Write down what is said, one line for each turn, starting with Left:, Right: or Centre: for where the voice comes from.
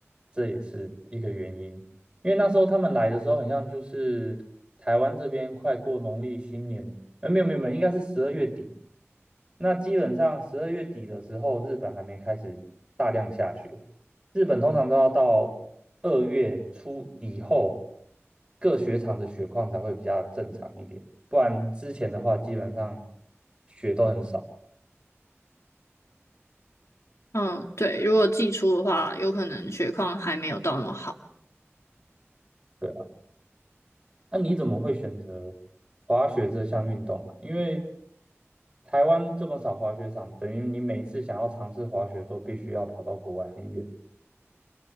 Right: 这也是一个原因。因为那时候他们来的时候，很像就是台湾这边快过农历新年，呃，没有没有没有，应该是十二月底。那基本上十二月底的时候，日本还没开始大量下雪。日本通常都要到二月初以后，各雪场的雪况才会比较正常一点，不然之前的话，基本上雪都很少。
Left: 嗯，对，如果寄出的话，有可能雪况还没有到那么好。
Right: 对。那你怎么会选择滑雪这项运动啊？因为台湾这么少滑雪场，等于你每一次想要尝试滑雪都必须要跑到国外很远。